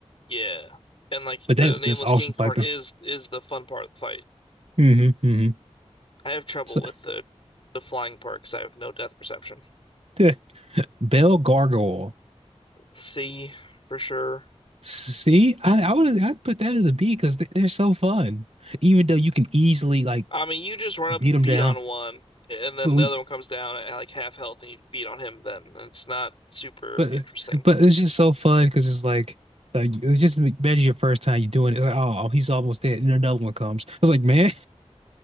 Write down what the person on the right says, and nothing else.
but that
that's awesome
fight
though.
hmm hmm
So
<laughs> yeah, Bell Gargoyle.
See, I, I would I'd put that in the B because they, they're so fun. Even though you can easily like
beat
them
down,
but we
but
but it's just so fun because it's like it's like it's just imagine your first time you're doing it. It's like oh he's almost dead, and another one comes. I was like man,